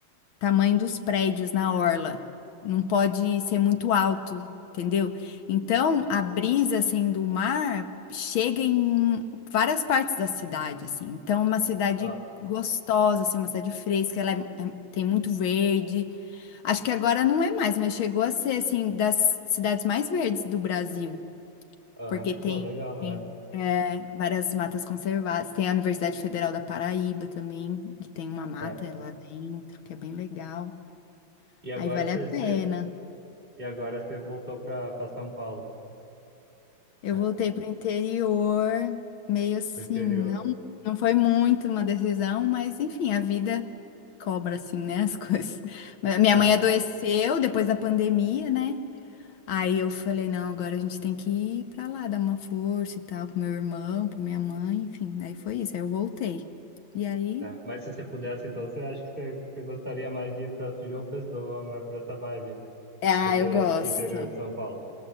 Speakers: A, on the left (about 80°); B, on the right (about 25°).
A: tamanho dos prédios na orla. Não pode ser muito alto, entendeu? Então, a brisa assim do mar chega em várias partes da cidade assim. Então, uma cidade
B: Ah,
A: gostosa, assim, uma cidade fresca, ela é- é- tem muito verde. Acho que agora não é mais, mas chegou a ser assim das cidades mais verdes do Brasil,
B: aham.
A: porque tem,
B: Pô, legal,
A: tem
B: é.
A: é, várias matas conservadas. Tem a Universidade Federal da Paraíba também, que tem uma mata
B: Né?
A: lá dentro, que é bem legal.
B: E agora
A: Aí vale
B: você,
A: a pena.
B: você- e agora você voltou para para São Paulo,
A: Eu
B: é,
A: voltei pro interior, meio assim,
B: pro interior.
A: não, não foi muito uma decisão, mas enfim, a vida cobra assim, né, <laughs> as coisas. Mas Minha
B: É,
A: mãe adoeceu
B: é,
A: depois da pandemia, né? Aí eu falei, não, agora a gente tem que ir pra lá, dar uma força e tal, pro meu irmão, pra minha mãe, enfim. Aí foi isso, aí eu voltei. E aí,
B: né? Mas se você pudesse, então você acha que você, você gostaria mais de ir para João Pessoa, mais para essa vibe
A: ah,
B: do que
A: eu gosto.
B: interior de São Paulo?